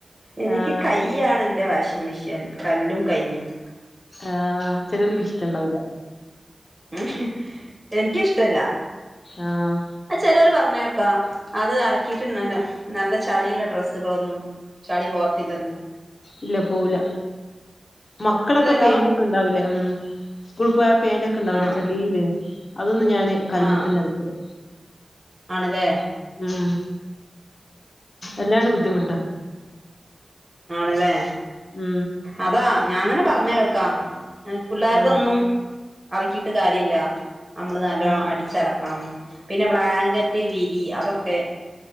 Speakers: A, on the right; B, on the left.
A: എനിക്ക്
B: ആഹ്
A: കൈയാണ് എന്റെ വാഷിംഗ് മെഷീൻ കല്ലും കൈയും-
B: ആഹ ചിലവർക്ക് ഇഷ്ടയുണ്ടാവില്ല.
A: ഉം എനിക്കിഷ്ടല്ല.
B: ആഹ്
A: ആ ചിലവർ പറഞ്ഞ് കേൾക്കാം അത് അലക്കിയിട്ടു നല്ല ചളിയുള്ള ഡ്രസ്സുകളൊന്നും- ചളി പോത്തില്ലെന്ന്.
B: ഇല്ല പോവൂല മക്കളൊക്കെ
A: ഇല്ലല്ലോ
B: പേനൊക്കെ ഉണ്ടാവൂലേ ഉം- സ്കൂൾ പോയെ പേന്റൊക്കെണ്ടാവുലെ
A: ആഹ്
B: ചളീല് അതൊന്നും ഞാന് കല്ല്മ്മത്തന്നെ
A: ആഹ്
B: അലക്കല്.
A: ആണല്ലേ.
B: ഉം എല്ലാണ് ബുദ്ധിമുട്ട്
A: ആഹ് ആണല്ലേ.
B: ഉം..
A: അതാ ഞാൻ അങ്ങനെ പറഞ്ഞ കേൾക്കാം പിള്ളേരുതൊന്നും-
B: ആഹ്
A: അലക്കിയിട്ട് കാര്യമില്ല നമ്മള് നല്ല
B: ആഹ്
A: അടിച്ചലക്കണം. പിന്നെ ബ്ലാങ്കറ്റ് വീരി അതൊക്കെ-